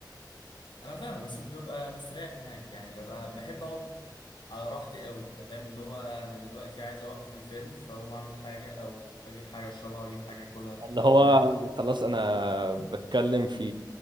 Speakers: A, on the left; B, on the right.
A: انا فاهمك بس مش ببقى مستريح هناك يعني ببقى بحب اقعد على راحتي قوي انت فاهم اللي هو انا دلوقتي عايز اوقف الفيلم فاقوم اعمل حاجه او اجيب حاجه اشربها واجيب حاجه اكلها
B: اللي هو
A: انت فاهم
B: خلاص انا بتكلم في